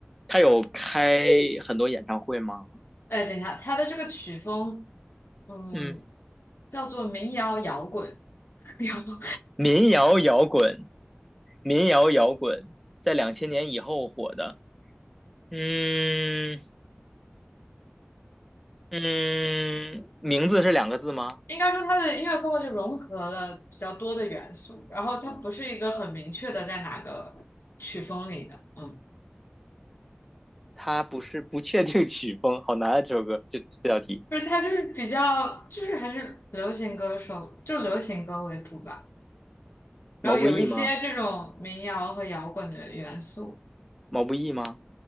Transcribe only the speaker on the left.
哎，等一下，它的这个曲风，嗯，
叫做民谣摇滚，<laughs> 摇滚
应该说它的音乐风格就融合了比较多的元素，然后它不是一个很明确的在哪个曲风里的，嗯，
不是它就是比较就是还是流行歌手，就流行歌为主吧，然后有一些这种民谣和摇滚的元素。